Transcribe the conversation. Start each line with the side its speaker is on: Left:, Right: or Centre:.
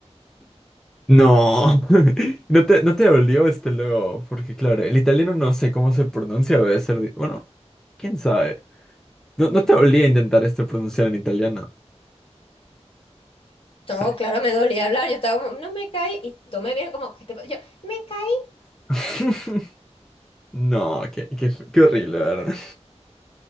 Centre: no. <laughs> ¿No te, no te dolió este luego? Porque claro, el italiano no sé cómo se pronuncia, debe ser... di- Bueno, quién sabe. No,
Left: Ujú.
Centre: no te dolía intentar este pronunciar en italiano.
Left: No,
Centre: ¿sabes?
Left: claro, me dolía hablar. Yo estaba como, no me caí. Y tomé bien, como, que Yo, me caí.
Centre: <laughs> No, qué, qué, qué horrible, la ¿verdad?